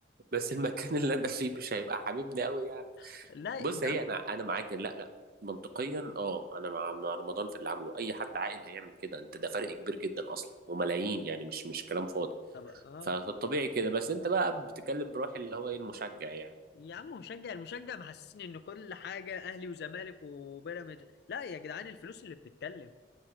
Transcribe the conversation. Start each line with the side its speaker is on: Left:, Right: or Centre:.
Right: بس المكان اللي انا فيه مش هيبقى حبيبني قوي يعني
Left: <laughs> لا
Right: بص
Left: يا
Right: هي
Left: عم
Right: انا انا معاك إن لا لا منطقيا اه انا مع مع رمضان في اللي عمله اي حد عاقل هيعمل كده انت ده فرق كبير جدا اصلا وملايين يعني مش مش كلام فاضي
Left: طب اه
Right: ف- فالطبيعي كده بس انت بقى بتتكلم بروح اللي هو ايه المشجع يعني
Left: يا عم مشجع المشجع محسسني ان كل حاجه اهلي وزمالك وبيراميدز لا يا جدعان الفلوس اللي بتتكلم